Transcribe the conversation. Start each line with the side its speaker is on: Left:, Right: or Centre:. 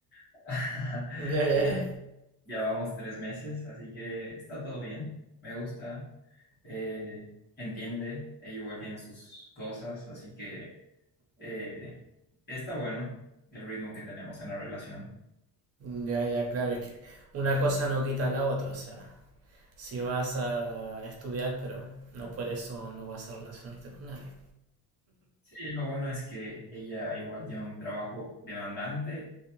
Left: <laughs>
Right: Ya, ya,
Left: Eh,
Right: ya.
Left: ya vamos tres meses, así que está todo bien, me gusta, eh, entiende, ella igual tiene sus cosas, así que eh, está bueno el ritmo que tenemos en la relación.
Right: Ya, ya, claro, es que una cosa no quita la otra, o sea, si vas a estudiar, pero no por eso no vas a relacionarte con nadie.
Left: Sí, lo bueno es que ella igual tiene un trabajo demandante,